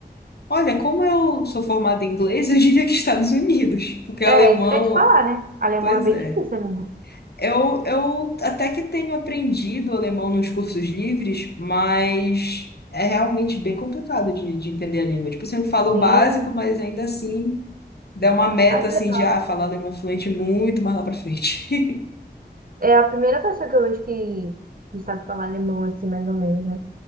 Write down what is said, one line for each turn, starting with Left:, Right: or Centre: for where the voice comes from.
Left: Olha, como eu sou formada em inglês, <laughs> eu diria que Estados Unidos, porque
Right: É,
Left: alemão,
Right: isso que eu ia te falar, né? Alemão
Left: pois
Right: é bem
Left: é.
Right: difícil, amigo.
Left: Eu, eu até que tenho aprendido alemão nos cursos livres, mas é realmente bem complicado de, de entender a língua. Tipo, você fala o
Right: Sim.
Left: básico, mas ainda assim. der uma meta
Right: Ai, que
Left: assim
Right: legal.
Left: de ah, falar alemão fluente muito mais lá pra frente.
Right: É a primeira pessoa que eu vejo que, que sabe falar alemão, assim, mais ou menos, né?